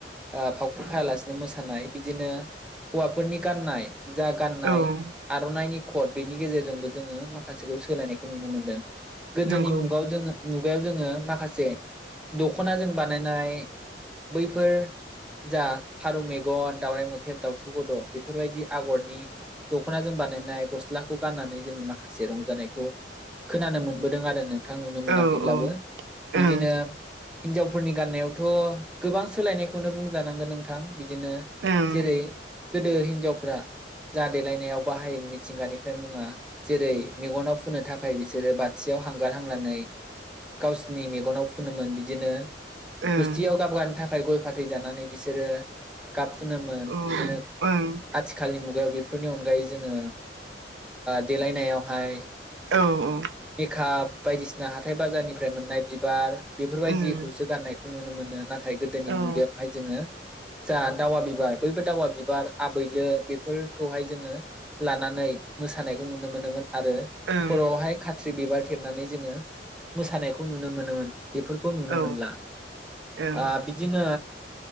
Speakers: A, in the centre; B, on the right.
A: ओ फावख्रि खायालासिनो मोसानाय बिदिनो हौवाफोरनि गाननाय। जा गाननाय
B: औ
A: आर'नाइनि। कट बेनि गेजेरजोंबो जोङो माखासेखौ सोलायनायखौ नुनो मोनदों। गोदोनि
B: नंगौ
A: मुगाव जोङो मुगायाव जोङो माखासे दख'नाजों बानायनाय बैफोर जा फारौ मेगन दावराइ मोख्रेब दावथु गद' बेफोरबायदि आगरनि दख'ना जों बानायनाय गस्लाखौ गाननानै जोङो माखासे रंजानायखौ खोनानो मोनबोदों आरो नोंथां नुनो मोनाखैब्लाबो।
B: औ औ
A: बिदिनो
B: ओं
A: हिनजावफोरनि गाननायावथ' गोबां सोलायनायखौनो बुंजानांगोन नोंथां बिदिनो
B: ओं
A: जेरै गोदो हिनजावफ्रा जा देलायनायाव बाहाय मिथिंगानिफ्राय मुङा जेरै मेगनाव फुननो थाखाय बिसोरो बाथियाव हांगारहांनानै गावसिनि मेगनाव फुनोमोन बिदिनो
B: ओं
A: गुस्थियाव गाबगानो थाखाय गय फाथै जानानै बिसोरो गाब फुनोमोन
B: औ
A: बिदिनो
B: ओं
A: आथिखालनि मुगायाव बेफोरनि अनगायै जोङो। देलायनायावहाय
B: औ औ
A: मेकआप बायदिसिना हाथाय बाजारनिफ्राय मोननाय बिबार बेफोरबायदिखौसो
B: उम
A: गाननायखौ खौ नुनो मोनो नाथाय गोदोनि
B: औ
A: मुगायावहाय जोङो जा दावा बिबार बैबो दावा बिबार आबैलो बेफोरखौहाय जोङो लानानै मोानायखौ नुनो मोनोमोन आरो
B: ओं
A: खर'आवहाय खाथ्रि बिबार थेबनानै जोङो मोसानायखौ नुनो मोनोमोन बेफोरखौ खौ नुनो
B: औ
A: मोनला
B: ओं
A: ओ बिदिनो